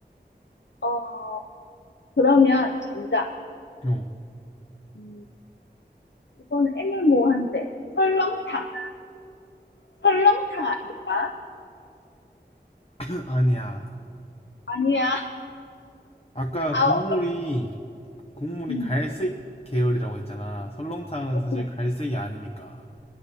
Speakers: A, on the left; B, on the left.
A: 어, 그러면 정답.
B: 어.
A: 음, 이건 애매모호한데. 설렁탕. 설렁탕 아닐까?
B: <laughs> 아니야.
A: 아니야.
B: 아까
A: 아,
B: 국물이,
A: 없다.
B: 국물이
A: 음.
B: 갈색 계열이라고 했잖아. 설렁탕은 사실
A: 음,
B: 갈색이 아니니까.